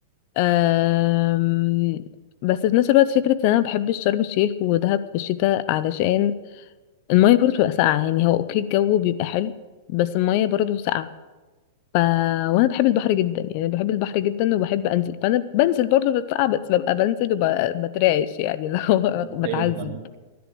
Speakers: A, on the left (about 40°); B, on the right (about 45°).
A: أم، بس في نفس الوقت فكرة ان انا بحب شرم الشيخ ودهب في الشتاء علشان المية برضه بتبقى ساقعة يعني هو اوكي الجو بيبقى حلو بس المية برضه ساقعة ف... وانا بحب البحر جدا يعني بحب البحر جدا وبحب انزل فانا بنزل برضه بتقع بس ببقى بنزل وبترعش يعني اللي هو
B: <laughs>
A: <laughs> بتعذب
B: ايوه فاهم